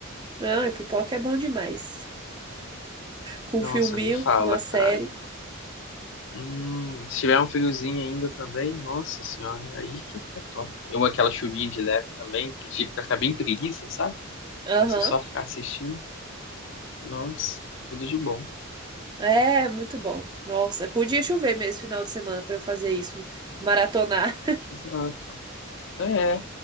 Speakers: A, on the right (about 20°); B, on the left (about 60°).
A: Não, e pipoca é bom demais. Com
B: Nossa,
A: um filminho,
B: nem fala,
A: uma série.
B: cara. Hum, se tiver um friozinho ainda também, nossa senhora, aí que fica top. Eu aquela chuvinha de leve também, que tipo, fica ficar bem preguiça, sabe?
A: Aham.
B: Pra Você só ficar assistindo. Nossa, tudo de bom.
A: É, muito bom. Nossa, podia chover mesmo final de semana pra eu fazer isso, maratonar.
B: Exato. É,